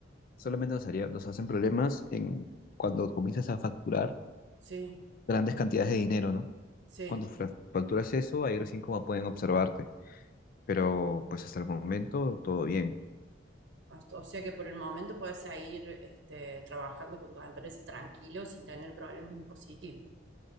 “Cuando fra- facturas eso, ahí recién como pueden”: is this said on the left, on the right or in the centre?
Left